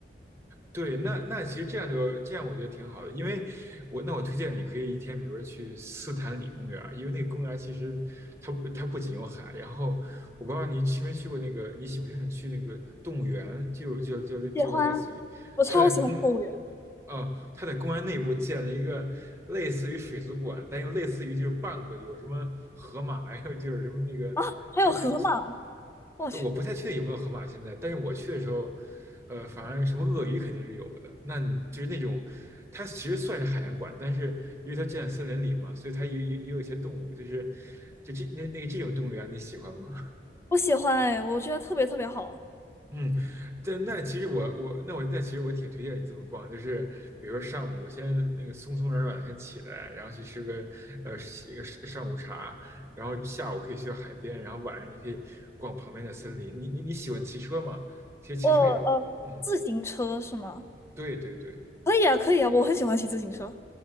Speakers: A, on the right; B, on the left.
A: 对，那那其实这样就这样，我觉得挺好的，因为我那我推荐你可以一天，比如说去斯坦里公园儿因为那个公园儿其实它不它不仅有海，然后我不知道你去没去过那个，你喜不喜欢去那个动物园，就就就就类似于它在公
B: 喜欢，我超喜欢动物园。
A: 哦，它在公园内部建了一个类似于水族馆，但又类似于就是半个有什么河马呀，有就是什么那个就就
B: 啊，还有河马，我去，
A: 我不太确定有没有河马现在，但是我去的时候，呃，反正什么鳄鱼肯定是有的。那你就是那种，它其实算是海洋馆，但是因为它建在森林里嘛，所以它也也也有一些动物，就是就这那那这种动物园，你喜欢吗？
B: 我喜欢哎，我觉得特别特别好。
A: 嗯，对，那其实我我那我那其实我挺推荐你这么逛，就是比如说上午我先那个松松软软地先起来，然后去吃个呃一个上上午茶，然后下午可以去到海边，然后晚上你可以逛旁边的森林。你你你喜欢骑车吗？其实骑车也是，
B: 我呃，
A: 嗯，
B: 自行车是吗？
A: 对对对。
B: 可以啊，可以啊，我很喜欢骑自行车。